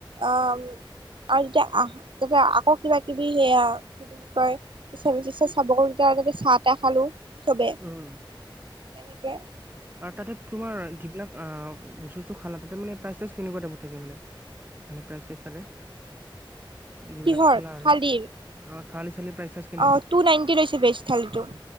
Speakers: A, on the right; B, on the right.
A: অম- আৰু যেতিয়া আহ তেতিয়া আকৌ কিবা কিবি সেয়া কয় <unintelligible> চাব গলো তেতিয়া এনেকে চাহ টাহ খালো চবে
B: উম।
A: এনেকে
B: আৰু তাতে তোমাৰ যিবিলাক আহ বস্তু চস্তু খালা তাতে মানে প্ৰাইজ চাইজ কেনেকুৱা টাইপত থাকে মানে। মানে প্ৰাইজ চাইজ চালে। যিবিলাক
A: কিহৰ
B: খালা আৰু
A: থালিৰ
B: অ থালি চালি প্ৰাইচ ৰ্চাইছ
A: অ টু নাইনটি লৈছে বেজ থালীটো